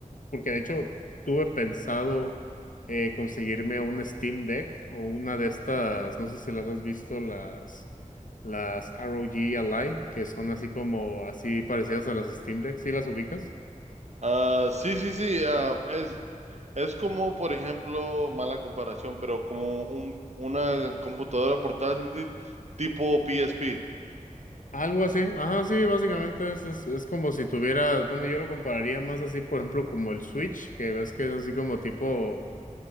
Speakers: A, on the left (about 70°); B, on the right (about 55°).
A: porque de hecho, tuve pensado eh, conseguirme un Steam Deck o una de estas, no sé si las has visto, las las ROG Ally, que son así como, así parecidas a las Steam Deck, ¿sí las ubicas?
B: Ah, sí, sí, sí. ah, es, es como, por ejemplo, mala comparación, pero como un, una computadora portátil tipo PSP.
A: Algo así, ajá, sí, básicamente es, es, es como si tuvieras, bueno, yo lo compararía más así, por ejemplo, como el Switch, que ves que es así como tipo,